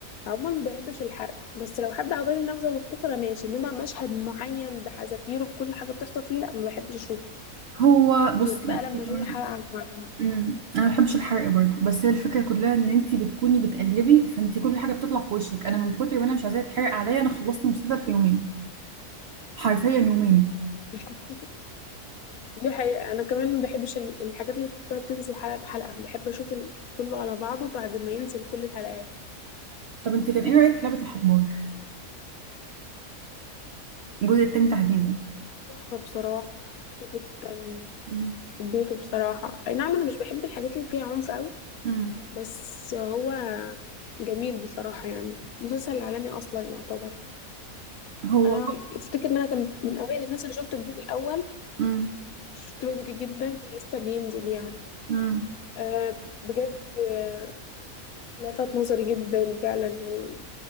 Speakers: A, on the left; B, on the right.
A: عموما ما بحبش الحرق بس لو حد عطاني نبذة مختصرة ماشي انما مشهد معين بحذافيره بكل حاجة بتحصل فيه لا ما بحبش اشوفه
B: هو بصي
A: غير بقى
B: يعني
A: لما
B: أنا
A: اشوف
B: كمان
A: الحلقة عن بعضها
B: امم انا ما بحبش الحرق برضو بس هي الفكره كلها ان انت بتكوني بتقلبي فانت كل حاجه بتطلع في وشك انا من كتر ما انا مش عايزاه يتحرق عليا انا خلصت المسلسل في يومين حرفيا يومين
A: <laughs> دي حقيقة أنا كمان ما بحبش ال- الحاجات اللي بتقعد تنزل حلقة بحلقة بحب أشوف ال- كله على بعضه بعد ما ينزل كل الحلقات
B: طب انت كان ايه رايك في لعبه الحبار الجزء التاني تحديدا
A: تحفة بصراحة حبيته جدا
B: امم
A: حبيته بصراحة أي نعم أنا مش بحب الحاجات اللي فيها عنف قوي
B: امم
A: بس هو جميل بصراحة يعني مسلسل عالمي أصلا يعتبر
B: هو
A: أنا أفتكر إن أنا كان من أوائل الناس اللي شفت الجزء الأول
B: امم
A: شفت بدري جدا كان لسه بينزل يعني
B: امم
A: أه بجد أه لفت نظري جدا فعلا يعني